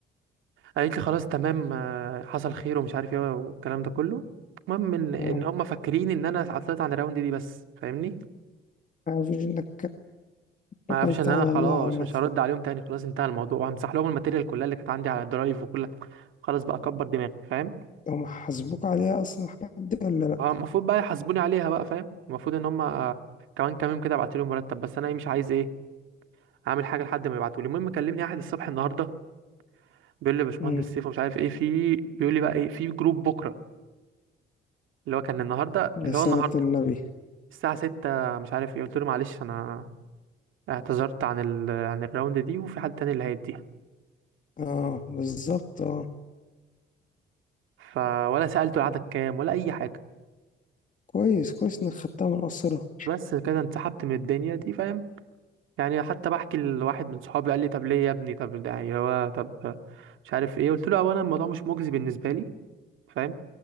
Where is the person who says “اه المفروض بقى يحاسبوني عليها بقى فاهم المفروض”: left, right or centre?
Right